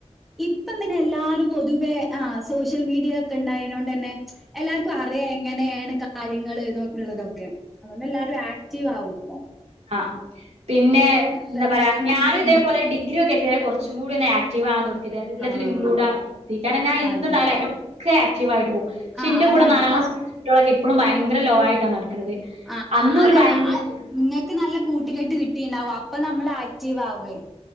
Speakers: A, in the centre; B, on the right.
A: ഇപ്പം പിന്നെ എല്ലാരും പൊതുവെ ആ സോഷ്യൽ മീഡിയ ക്കണ്ടായീനോണ്ടെന്നേ ന്നെ എല്ലാർക്കും അറിയാം എങ്ങനെണ് കാര്യങ്ങള് ഇതൊക്ക ഉള്ളതൊക്കെ അതുകൊണ്ട് എല്ലാരും ആക്റ്റീവ് ആവും ഇപ്പൊ
B: ആ പിന്നെ എന്താ
A: ഫ്രണ്ട്സിനും
B: പറയാ ഞാനും ഇതേപോലെ
A: ഉം
B: ഡിഗ്രി ഒക്കെ <unintelligible> കൊറച്ചും കൂടിയൊന്നു ആക്ടീവ്വാ <unintelligible> എല്ലാത്തിലും
A: ആഹ്
B: ഇൻക്ലൂഡ് <unintelligible> കാരണം ഞാ എന്തുണ്ടായാല
A: അതെ
B: <unintelligible> <inaudible> ക്റ്റീവായിട്ടു പോകും ഷെ
A: ആഹ്
B: ന്റെ
A: അതാണ്
B: കൂടെ നാലാം ക്ലാസ്സിൽ പഠിച്ച കുട്ട്യാളൊക്കെ എപ്പഴും ഭയങ്കര ലോ ആയിട്ടാണ് നട ക്കണത്.
A: ആഹ്
B: അന്നോര്
A: ആഹ് അതാണ്
B: ഭയങ്കര
A: ആ-
B: ഇതായന്
A: ഇങ്ങക്ക് നല്ല കൂട്ടുകെട്ട് കിട്ടിണ്ടാവും. അപ്പൊ നമ്മൾ ആക്റ്റീവ് ആവോയ്